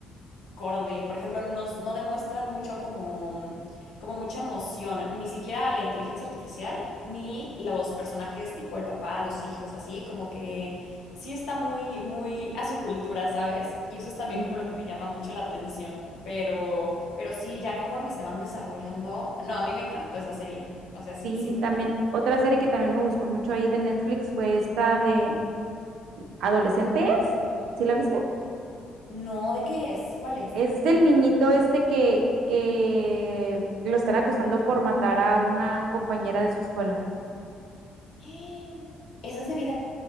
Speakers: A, on the left (about 70°); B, on the right (about 70°).
A: acorde. Por ejemplo, nos, no demuestran mucho como, mm, como mucha emoción, ni siquiera la inteligencia artificial, ni los personajes tipo el papá, los hijos, así, como que sí está muy, muy a su cultura, ¿sabes? Y eso es también
B: Sí,
A: como lo que me llama mucho la atención. Pero, pero sí, ya conforme se van desarrollando. No, a mí me encantó esa serie. O sea, sí,
B: sí,
A: sí me
B: también
A: gusta.
B: otra serie que también me gustó mucho ahí de Netflix fue esta de Adolescentes, ¿sí la viste?
A: No, ¿de qué es? ¿Cuál es?
B: Es del niñito este que, que lo están acusando por matar a una compañera de su escuela.
A: <gasps> ¿Esa es de vida